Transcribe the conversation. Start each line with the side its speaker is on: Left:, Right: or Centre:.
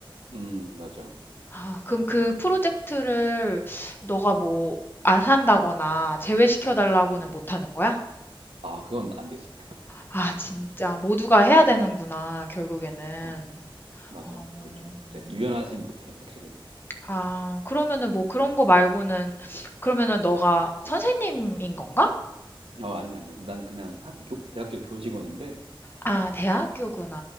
Right: 음, 맞아.
Left: 아, 그럼 그 프로젝트를 너가 뭐 안 한다거나 제외시켜 달라고는 못 하는 거야?
Right: 아 그건 안 되지.
Left: 아, 진짜 모두가 해야
Right: <laughs>
Left: 되는구나, 결국에는.
Right: 어, 맞아.
Left: 어,
Right: 그 좀
Left: 음.
Right: 그래. 유연하진 못해, 확실히.
Left: 아, 그러면은 뭐 그런 거 말고는 그러면은 너가 선생님인 건가?
Right: 어, 아니 아니. 난 그냥 학교 대학교 교직원인데
Left: 아, 대학교구나.